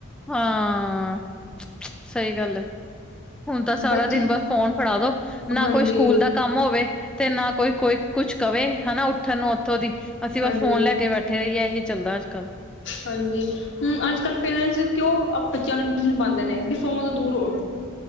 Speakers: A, in the centre; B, on the left.
A: ਹਾਂ, ਸਈ ਗੱਲ ਐ। ਹੁਣ ਤਾਂ ਸਾਰਾ
B: ਬੱਚੇ
A: ਦਿਨ ਬਸ ਫੋਨ ਫੜਾ ਦੋ। ਨਾ
B: ਹਾਂਜੀ
A: ਕੋਈ ਸਕੂਲ ਦਾ ਕੰਮ ਹੋਵੇ ਤੇ ਨਾ ਕੋਈ-ਕੋਈ ਕੁਛ ਕਵੇ ਹੈਨਾ ਉੱਠਣ ਨੂੰ ਉੱਥੋਂ ਦੀ ਅਸੀਂ ਬਸ
B: ਹਾਂਜੀ
A: ਫੋਨ ਲੈ ਕੇ ਬੈਠੇ ਰਈਏ ਏਹੀ ਚੱਲਦਾ ਅੱਜ ਕੱਲ।
B: ਹਾਂਜੀ, ਹੁਣ ਅੱਜ-ਕੱਲ ਪੇਰੈਂਟਸ ਕਿਉਂ ਅਪ ਬੱਚਿਆਂ ਨੂੰ ਟਿਊਸ਼ਨ ਪਾਂਦੇ ਨੇ ਵੀ ਫੋਨ ਤੋਂ ਦੂਰ ਹੋ।